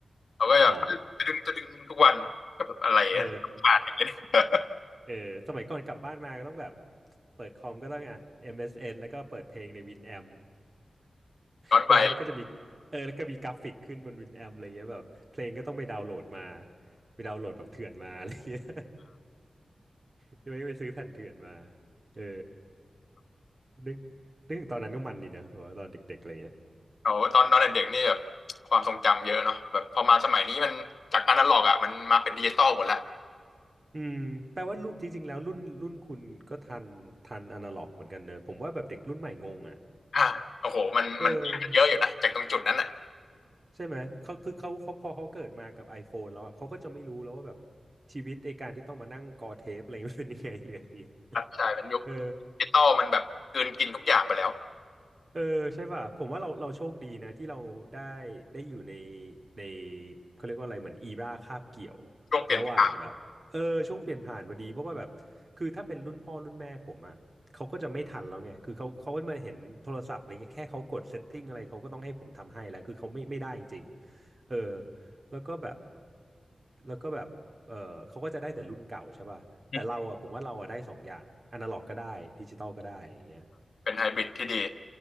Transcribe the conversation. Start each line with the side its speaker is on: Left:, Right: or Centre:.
Left: เขาก็แบบตะดึงตะดึงทุกวันก็แบบอะไรนะผ่านอย่างเงี้ย
Right: อ๋อเออ
Left: <laughs>
Right: เออสมัยก่อนกลับบ้านมาก็ต้องแบบเปิดคอมก็ต้องอ่ะ MSN แล้วก็เปิดเพลงใน Winamp
Left: ย้อนไป
Right: ใช่ไหมแล้วก็จะมีเออแล้วก็มีกราฟิกขึ้นบน Winamp อะไรเงี้ยแบบเพลงก็ต้องไปดาวน์โหลดมาไปดาวน์โหลดแบบเถื่อนมาอะไรเงี้ยไม่ไปซื้อแผ่นเถื่อนมาเออนึกนึกถึงตอนนั้นก็มันดีนะแบบว่าตอนเด็กๆอะไรเงี้ย
Left: เอาตอนตอนเด็กๆนี่แบบความทรงจำเยอะเนาะแบบพอมาสมัยนี้มันจากอนาล็อกอ่ะมันมาเป็นดิจิตอลหมดละ
Right: อืมแปลว่ารุ่นจริงๆแล้วรุ่นรุ่นคุณก็ทันทันอนาล็อกเหมือนกันเนอะผมว่าแบบเด็กรุ่นใหม่งงอ่ะ
Left: อ่าโอ้โหมันมันเยอะอยู่นะจากตรงจุดนั้นอ่ะ
Right: เออ ใช่ไหมเขาคือเขาเขาพอเขาเกิดมากับ iPhone แล้วอะเขาก็จะไม่รู้แล้วว่าแบบชีวิตไอการที่ต้องมานั่งกอเทปอะไรมันเป็นยังไง <laughs> หรืออะไรเงี้ย
Left: ครับใช่มันยุคดิจิตอลมันแบบกลืนกินทุกอย่างไปแล้ว
Right: เออเออใช่ป่ะผมว่าเราเราโชคดีนะที่เราได้ได้อยู่ในในเขาเรียกว่าอะไรเหมือนอีราคาบเกี่ยว
Left: ช่วงเปลี่ยนผ่าน
Right: ระหว่างแบบเออช่วงเปลี่ยนผ่านพอดีเพราะว่าแบบคือถ้าเป็นรุ่นพ่อรุ่นแม่ผมอ่ะเขาก็จะไม่ทันแล้วไงคือเขาเขาก็มาเห็นโทรศัพท์อะไรเงี้ยแค่เขากดเซตติ้งอะไรเขาก็ต้องให้ผมทำให้แล้วคือเขาไม่ไม่ได้จริง เออแล้วก็แบบแล้วก็แบบเออเขาก็จะได้แต่รุ่นเก่าใช่ป่ะแต่เราอ่ะผมว่าเราอ่ะได้สองอย่างอนาล็อกก็ได้ดิจิตอลก็ได้อย่างเงี้ย
Left: อืมเป็นไฮบริดที่ดี